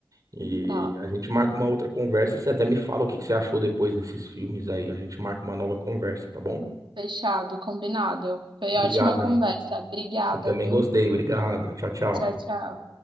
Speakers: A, on the right; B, on the right.
A: E
B: Tá.
A: a gente marca uma outra conversa. Você até me fala o que que você achou depois desses filmes aí. A gente marca uma nova conversa, tá bom?
B: Fechado, combinado. Foi
A: Obrigadão.
B: ótima conversa. Obrigada,
A: Eu também
B: viu?
A: gostei. Obrigado. Tchau, tchau.
B: Tchau, tchau.